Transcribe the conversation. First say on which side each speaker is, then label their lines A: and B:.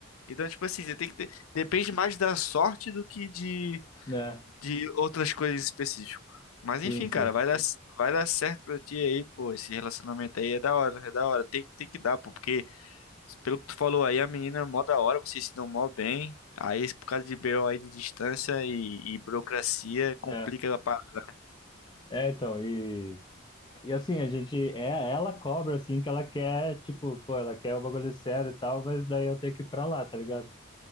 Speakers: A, on the left; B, on the left.
A: então, tipo assim, você tem que ter. Depende mais da sorte do que de,
B: Né?
A: de outras coisas específicas. Mas
B: Sim,
A: enfim,
B: sim.
A: cara, vai dar, vai dar certo pra ti aí, pô. Esse relacionamento aí é da hora, é da hora. Tem, tem que dar, pô, porque pelo que tu falou aí, a menina é mó da hora, vocês se dão mó bem. Aí, por causa de BO aí de distância e, e burocracia, complica
B: É.
A: a parada.
B: É, então, e, e assim, a gente, é, ela cobra, assim, que ela quer, tipo, pô, ela quer o bagulho sério e tal, mas daí eu tenho que ir pra lá, tá ligado?